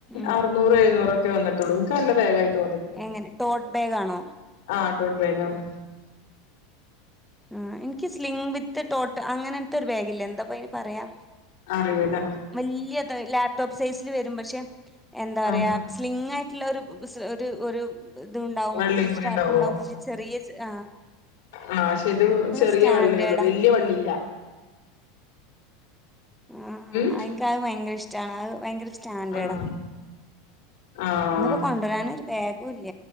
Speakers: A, in the centre; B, on the left.
A: ഉം
B: അർനൂറ് എഴുന്നൂറൊക്കെ വന്നിട്ടുള്ളൂ ഇനിക്ക് നല്ല ബാഗായി തോന്നി.
A: എങ്ങനെ ടോട്ട് ബാഗാണോ?
B: ആഹ് ടോട്ട് ബാഗാണ്.
A: ആഹ് ഇനിക്ക് സ്ലിങ്ങ് വിത്ത് ടോട്ട് അങ്ങനെൻത്തെ ഒരു ബാഗില്ലേ എന്താപ്പ അയിന് പറയാ
B: അറിയൂല.
A: വല്ല്യത് ലാപ്ടോപ്പ് സൈസില് വരും പക്ഷേ എന്താ പറയാ
B: ആഹ്
A: സ്ലിംഗ് ആയിട്ടുള്ള ഒരു ഒരു ഇതുണ്ടാവും
B: വള്ളിയും
A: ഒരു
B: കൂടി
A: സ്ട്രാപ്പ്
B: ഉണ്ടാവോ
A: ഉണ്ടാവും പിന്നെ ചെറിയ ചെ ആഹ്
B: ആഹ് പക്ഷേ ഇത് ചെറിയ
A: സ്റ്റാൻഡേർഡാ
B: വള്ളിയൊള്ളു വല്ല്യ വള്ളില്ല.
A: ആ
B: ഉം
A: എനിക്ക് അത് ഭയങ്കര ഇഷ്ടാണ് അത് ഭയങ്കര സ്റ്റാൻന്റെട
B: ആഹ് ആഹ്
A: ഇന്നിപ്പോ കൊണ്ടൊരാൻ ഒരു ബാഗും ഇല്ല.